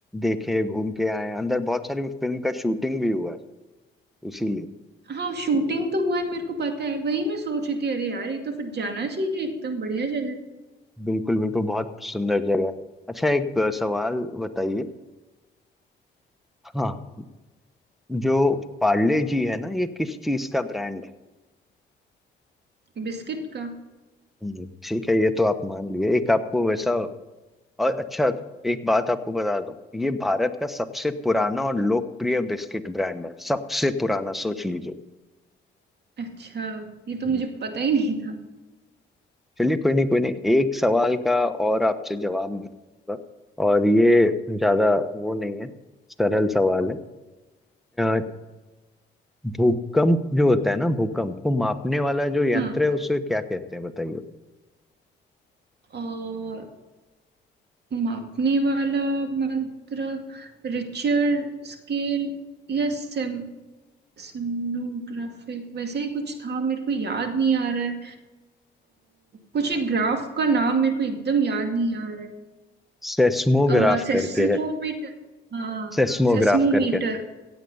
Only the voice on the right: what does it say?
हाँ शूटिंग तो हुआ है मेरे को पता है वही मैं सोच रही थी अरे यार ये तो फिर जाना चाहिए एकदम बढ़िया जगह
बिस्किट का
अच्छा ये तो
मुझे पता ही नहीं था
हाँ
और मापने वाला मंत्र रिचर स्केल या सेम सेमनोग्राफिक वैसे ही कुछ था मेरे को याद नहीं आ रहा है अ, कुछ एक ग्राफ का नाम मेरे को एकदम याद नहीं आ रहा
है सेस्मोमीटर
हाँ
हाँ सेस्मोमीटर